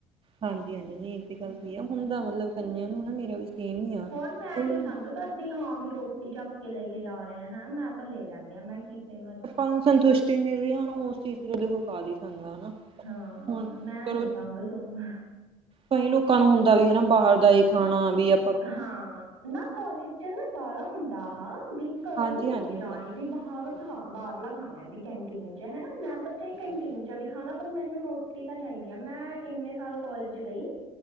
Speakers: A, on the right; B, on the right.
A: ਹਾਂਜੀ-ਹਾਂਜੀ, ਨਹੀਂ ਇਹ ਤੇ ਗੱਲ
B: ਹਮ
A: ਸਹੀ ਆ ਹੁਣ ਤਾਂ ਮਤਲਬ ਕਈਆਂ ਨੂੰ ਹਨਾ। ਮੇਰਾ ਵੀ ਸੇਮ ਹੀ ਆ।
B: ਹੋਰ, ਮੈਂ
A: ਤੇ ਮਤਲਬ
B: ਨੀ ਸੰਘ ਕਰਦੀ ਹਾਂ। ਵੀ ਰੋਟੀ ਚੱਕ ਕੇ ਲੈ ਕੇ ਜਾ ਰਿਹੇ ਹੈਂ, ਮੈਂ ਤਾਂ ਲੈ ਜਾਂਦੀ ਹਾਂ ਮੈਂ ਕੀਤੇ ਮਰਜ਼ੀ।
A: ਹਾਂ ਸਨਤੁਸ਼ਟ <unintelligible> ਤੇ ਮੇਰੀ ਹੁਣ ਉਸ ਚੀਜ਼ ਤੇ ਉਹ ਦੇਖ ਕਾਦੀ ਸੰਗ ਹਨਾ।
B: ਹਾਂ,
A: ਹੁਣ
B: ਮੈਂ
A: ਚਲੋ
B: ਨਹੀਂ ਸੰਗ- ਸੂੰਗ।
A: ਕਈ ਲੋਕਾਂ ਨੂੰ ਹੁੰਦਾ ਵੀ ਹਨਾ ਬਾਹਰ ਦਾ ਇ ਖਾਣਾ ਵੀ ਅ-
B: ਹਾਂ ਨਾ ਕਾਲਜ ਚੱ ਨਾ ਬਾਹਲਾ ਹੁੰਦਾ ਹਾਂ ਵੀ ਘਰੋਂ
A: ਹਾਂਜੀ
B: ਨਹੀਂ
A: ਹਾਂਜੀ
B: ਲੈ ਕੇ
A: ਹੁੰਦਾ
B: ਜਾਣੀ ਵੀ ਬਾ- ਹਰ
A: ਹਾਂਜੀ
B: ਹਾਂ ਬਾਹਰਲਾ ਖਾਣਾ ਹੈ ਵੀ ਕੈਂਟੀਨ ਚੱ ਹਨਾ ਮੈਂ ਤਾਂ ਚਾਹੇ ਕੈਂਟੀਨ
A: ਹਾਂਜੀ।
B: ਚੱ- ਚ ਵੀ ਖਾਣਾ ਪਰ ਮੈਨੂੰ ਰੋਟੀ ਤਾਂ ਚਾਹੀਦੀ ਆ ਮੈਂ ਇੰਨੇ ਸਾਲ ਕਾਲਜ ਗਈ।